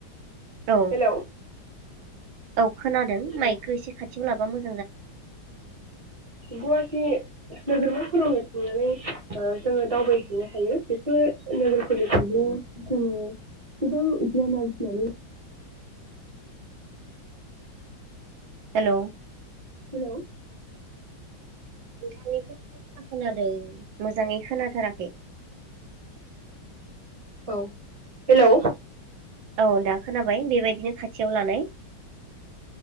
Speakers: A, on the right; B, on the right.
A: औ
B: हेलौ
A: औ खोनादों
B: औ
A: माइकखो एसे खाथ थियाव लाबा मो
B: गुवाहाटि नोगोरमाफोरावनो थांनानै ओ जोङो दावबायहैनो हायो बेफोर नोगोरफोरनिफ्रायनो जोङो गोबां गियान आरजिनानै
A: हेलौ
B: हेलौ
A: <unintelligible> खोनादों मोजाङै खोनाथाराखै।
B: औ हेलौ
A: औ दा खोनाबाय बेबायदिनो खाथियाव लानाय।